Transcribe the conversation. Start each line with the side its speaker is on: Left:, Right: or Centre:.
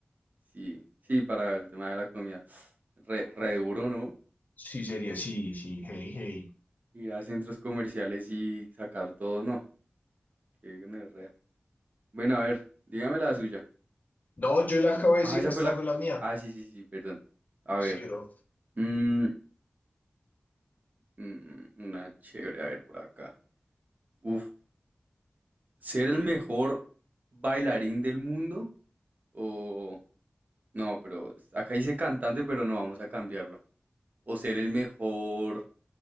Right: Sí, sí, para el tema de la comida. Re, re duro, ¿no?
Left: Sí, sería, sí, sí, hey, hey.
Right: Ir a centros comerciales y sacar todo, no. Qué gonorrea. Bueno, a ver, dígame la suya.
Left: No, yo le acabo de
Right: Ah,
Left: decir,
Right: esa
Left: esta
Right: fue la...
Left: fue la mía.
Right: Ah, sí, sí, sí, perdón. A ver.
Left: Sí, bro. O
Right: mm, mm, mm, una chévere, a ver, por acá. Uf, ¿ser el mejor bailarín del mundo? O... No, pero acá dice cantante, pero no vamos a cambiarla. O ser el mejor